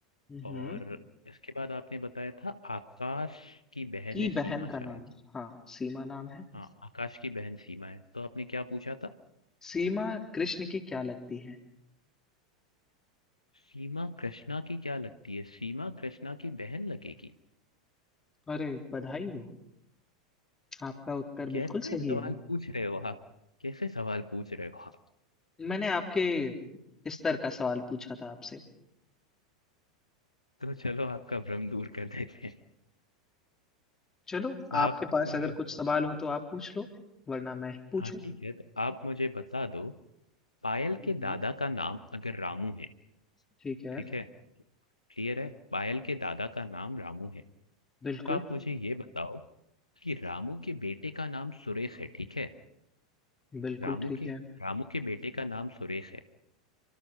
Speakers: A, on the left; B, on the left.
A: हम्म।
B: और इसके बाद आपने बताया था आकाश की बहन
A: की
B: है
A: बहन
B: सीमा
A: का नाम
B: शायद।
A: हाँ सीमा नाम है
B: हाँ, आकाश की बहन सीमा है। तो आपने क्या पूछा था?
A: सीमा कृष्ण की क्या लगती है
B: सीमा कृष्णा की क्या लगती है? सीमा कृष्णा की बहन लगेगी?
A: अरे बधाई हो आपका उत्तर बिल्कुल
B: कैसे
A: सही
B: सवाल
A: है
B: पूछ रहे हो आप? कैसे सवाल पूछ रहे हो आप?
A: मैंने आपके स्तर का सवाल पूछा था आपसे
B: तो चलो आपका भ्रम दूर कर देते हैं।
A: चलो
B: आप
A: आपके पास
B: अ,
A: अगर कुछ सवाल हो तो आप पूछ लो वरना मैं ही पूछूं
B: हाँ ठीक है, तो आप मुझे बता दो पायल
A: हम्म
B: के दादा का नाम अगर रामू है,
A: ठीक है
B: ठीक है? क्लियर है? पायल के दादा का नाम रामू है।
A: बिल्कुल
B: तो आप मुझे ये बताओ कि रामू के बेटे का नाम सुरेश है, ठीक है?
A: बिल्कुल
B: रामू
A: ठीक
B: के
A: है
B: रामू के बेटे का नाम सुरेश है।